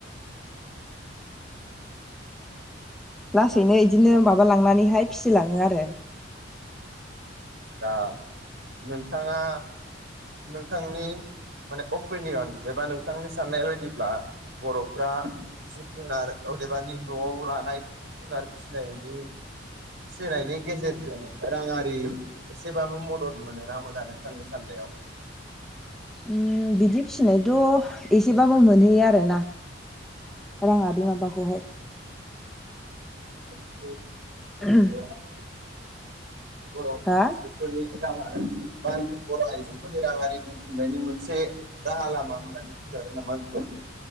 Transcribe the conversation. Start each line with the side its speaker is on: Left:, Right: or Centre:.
Centre: लासैनो इदिनो माबा लांनानैहाय फिसिलाङो आरो
Right: दा नोंथाङा नोंथांनि माने अपिनियन एबा नोंथांनि साननाय बायदिब्ला बर'फ्रा जिब -जुनार अदेबानि न'आव लानाय जिब -जुनार फिसिनायनि फिसिनायनि गेजेरजों राङारि एसेबाबो मदद मोनोना मोना नोंथांनि साननायाव
Centre: उम बिदि फिसिनाय थ' एसेबाबो मोनहैयो आरोना राङारि माबा खौहाय।
Right: <unintelligible>
Centre: <unintelligible>
Right: बर' आइजो बर'
Centre: हा
Right: आइजोफोरनि राङारि बा बर' आइजेंफोरनि राङारि दोनथुमनायनि मोनसे राहा लामा होननानै बुंजागोन नामा बिखौ